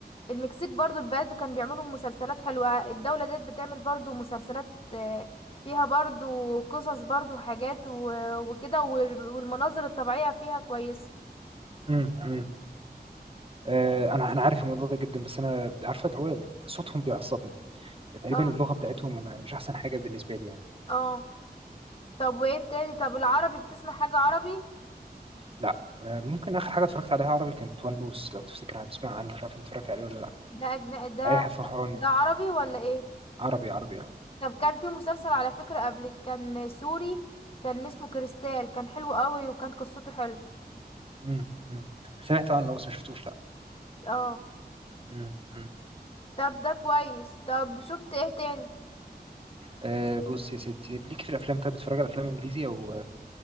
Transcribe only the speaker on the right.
امم امم آه، انا انا عارف الموضوع ده جدا بس انا عارفه اللي هو صوتهم بيعصبني تقريبا
اللغه بتاعتهم مش احسن حاجه بالنسبه لي يعني.
لا ممكن اخر حاجه اتفرجت عليها عربي كانت ونوس لو تفتكر عن تسمع عنه مش عارف انت اتفرجت عليه ولا لا
اي فخراني
عربي عربي اه
أمم، أمم. سمعت عنه بس ما شفتوش لا
أمم، أمم.
أه بص يا ستي ليك في الافلام طيب بتتفرج على افلام انجليزي او